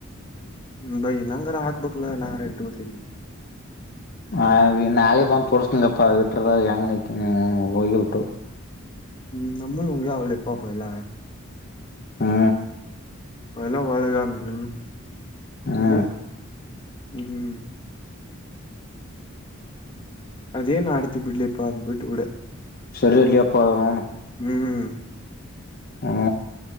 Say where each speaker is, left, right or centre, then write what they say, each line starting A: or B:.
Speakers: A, on the left (about 25°); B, on the left (about 45°).
A: ಹ್ಮ ಬೈ ನಂಗರ ಹಾಕ್ಬೇಕಕ್ಲ ನಾ ರ ಇಟ್ಕೊಂತಿನಿ
B: ಹ ನಾಳೆ ಬಂದು ತೋರಿಸ್ತಿನಪ್ಪಾ ಬಿಟ್ರದ ಹೆಂಗ ಹೋಗಿಬಟ್ಟು
A: ಹ್ಮ್ ನಮ್ಮೂ ಉಊಗ ಅವಲಪ್ಪಪಲ್ಲ
B: ಹಾ
A: ಎಲ್ಲ ಒಳ್ಳೆಗ ನನ್ನು
B: ಹಾ
A: ಹ್ಮ್ ಅದೇನ್ ಆಡ್ತಿ ಬಿಡ್ಲೆಪ್ಪ ಅದು ಬಿಟ್ಬಿಡು
B: ಸರಿ ಇಲೆಯಪ್ಪ ಹ್ಮ್
A: ಹ್ಮ್
B: ಹ್ಮ